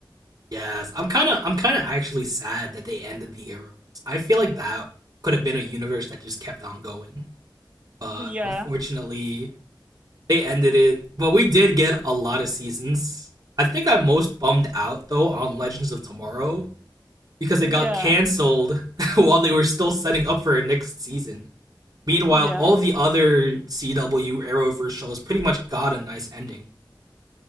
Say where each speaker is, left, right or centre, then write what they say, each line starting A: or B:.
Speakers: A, on the right; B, on the right.
A: Yes, I'm kind of I'm kind of actually sad that they ended the Arrowverse. I feel like that could have been a universe that just kept on going, but
B: Yeah.
A: unfortunately, they ended it. But we did get a lot of seasons. I think I'm most bummed out though on Legends of Tomorrow because it
B: Yeah.
A: got canceled <laughs> while they were still setting up for a next season. Meanwhile,
B: Yeah.
A: all the other CW Arrowverse shows pretty much got a nice ending.